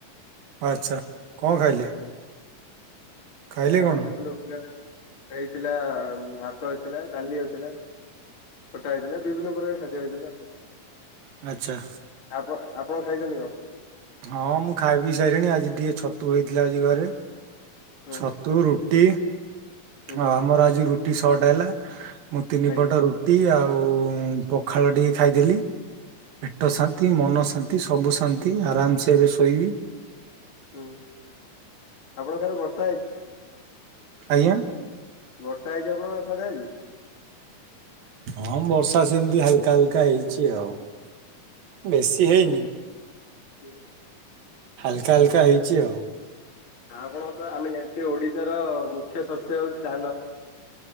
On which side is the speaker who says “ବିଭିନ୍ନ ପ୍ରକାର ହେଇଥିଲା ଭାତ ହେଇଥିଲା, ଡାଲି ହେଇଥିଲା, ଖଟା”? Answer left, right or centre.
Left